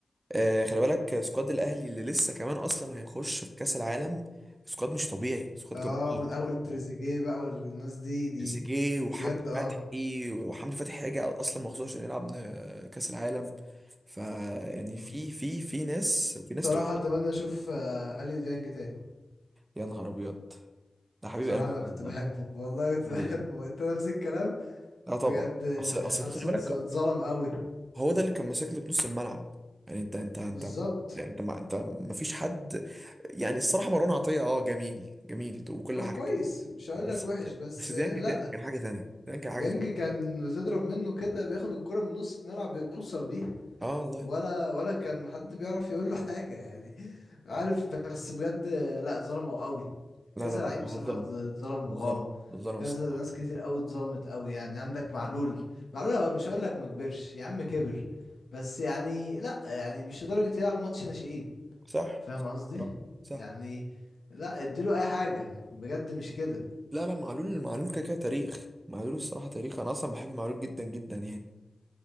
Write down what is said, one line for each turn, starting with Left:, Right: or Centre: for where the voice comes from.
Right: آه خلي بالك سكواد الاهلي اللي لسه كمان اصلا هيخش في كاس العالم سكواد مش طبيعي سكواد
Left: اه
Right: جبار
Left: من اول تريزيجيه بقى والناس دي دي
Right: تريزيجيه وحمدي
Left: بجد اه
Right: فتحي وحمدي فتحي هيجي اصلا مخصوص عشان يلعب آه، كاس العالم فيعني
Left: مم.
Right: في في في ناس في ناس
Left: بصراحة
Right: تقول
Left: اتمنى اشوف آه، اليو ديانج تاني
Right: يا نهار ابيض ده حبيب
Left: بصراحة
Right: قلبي
Left: أنا
Right: ده
Left: كنت
Right: والله
Left: بحبه والله كنت
Right: حبيب
Left: <laughs> بحبه
Right: قلبي.
Left: أنت نفس الكلام
Right: اه طبعا
Left: بجد آه،
Right: اصل اصل
Left: حاسه
Right: ده خلي بالك
Left: اتز- اتظلم قوي
Right: هو ده اللي كان ماسك لك نص الملعب يعني انت انت انت
Left: بالظبط
Right: يعني انت ما انت ما فيش حد يعني الصراحه مروان عطيه اه جميل جميل وكل
Left: هو
Right: حاجه
Left: كويس مش هقول
Right: بس
Left: لك وحش بس
Right: بس
Left: آه،
Right: ديانج
Left: لا
Right: ديانج كان حاجه تانيه ديانج كان حاجه
Left: ديانج
Right: تانيه
Left: كان تضرب منه كده بياخد الكرة من نص الملعب بيوصل بيها
Right: اه والله
Left: ولا ولا كان حد بيعرف يقول له حاجة يعني عارف بس بجد لا ظلمه قوي
Right: لا
Left: كذا
Right: لا لا
Left: لعيب بصراحة
Right: هو اتظلم
Left: اتظ- اتظلموا
Right: اتظلم
Left: اه
Right: اتظلم
Left: كذا
Right: الصراحه
Left: ناس كتير قوي اتظلمت قوي يعني عندك معلول معلول هو مش هقول لك ما كبرش يا عم كبر بس يعني لا يعني مش لدرجة يلعب ماتش ناشئين
Right: صح
Left: فاهم قصدي
Right: صح صح
Left: يعني لا اديله اي حاجة بجد مش كده
Right: لا لا معلول معلول كده كده تاريخ معلول الصراحه تاريخ انا اصلا بحب معلول جدا جدا يعني